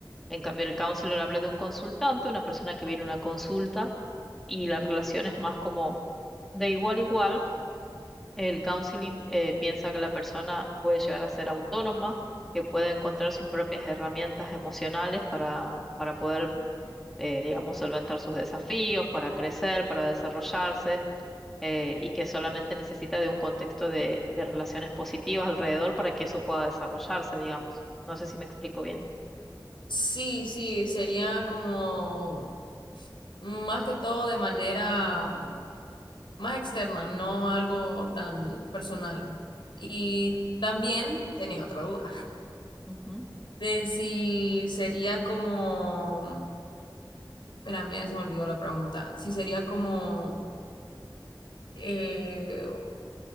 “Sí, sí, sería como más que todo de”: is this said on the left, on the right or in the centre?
Left